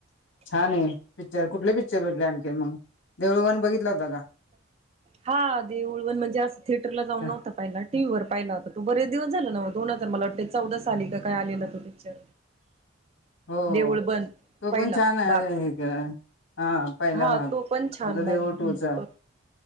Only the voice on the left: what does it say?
छान आहे पिक्चर कुठले पिक्चर बघीटले आणखी मग देऊळ वन बघितला होता
का?
हो
तो
पण छान आहे
हे हा पहिला
भाग
आता
देऊळ
टू
चा